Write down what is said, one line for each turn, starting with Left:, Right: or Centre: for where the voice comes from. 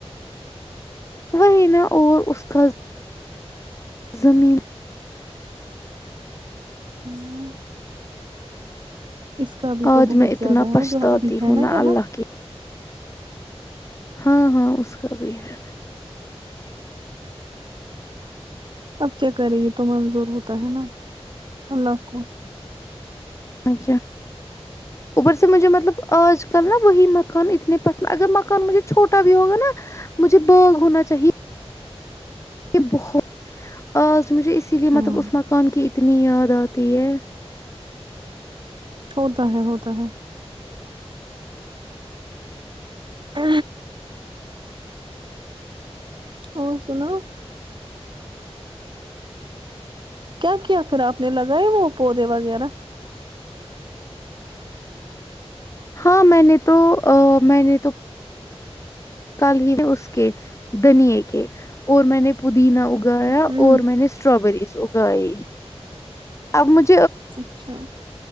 Left: وہ نا اور اس کا زمین
Right: ہاں اس کا ابھی
Left: آج
Right: تو بہت
Left: میں اتنا
Right: زیادہ ہے
Left: پچھتاتی
Right: نا جو ابھی ہے
Left: ہوں
Right: نا یہاں
Left: اللہ کی ہاں ہاں اس کا بھی ہے
Right: اب کیا کریں گے تمن ضروروتا ہے نا اللہ کو
Left: اچ اوپر سے مجھے مطلب آج کل نا وہی مکان اتنے پسند اگر مکان مجھے چھوٹا بھی ہوگا نا مجھے باغ ہونا چاہیے یہ بہت آ اچھ مجھے اسی لیے
Right: ہاں
Left: مطلب اس مکان کی اتنی یاد ہوتی ہے
Right: ہوتا ہے ہوتا ہے ہ اور سناو کیا کیا پھر آپ نے لگائے وہ پودے وغیرہ
Left: ہاں میں نے تو میں نے تو کل ہی اس کے دنیے کے اور میں نے پودینہ اگایا
Right: ہوں
Left: اور میں نے اسٹراابریز اگ گئی اب مجھ
Right: اچھا